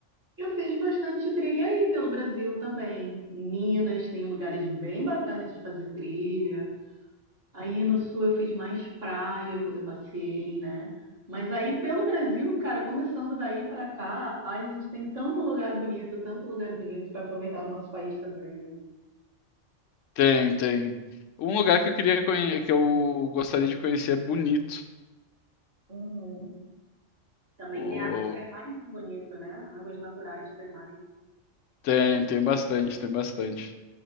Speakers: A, on the right; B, on the left.
A: Eu fiz bastante trilha aí pelo Brasil também. Em Minas tem lugares bem bacanas de fazer trilha. Aí no sul eu fiz mais praia quando eu passei, né? Mas aí pelo Brasil, cara, começando daí pra cá, ai, a gente tem tanto lugar bonito, tanto lugar bonito para aproveitar no nosso país também, né?
B: Tem, tem. Um lugar que eu queria conhecer, que eu gostaria de conhecer é Bonito.
A: Uhum. Também
B: O...
A: tem águas termais bonito, né? Águas naturais termais.
B: Tem, tem bastante, tem bastante.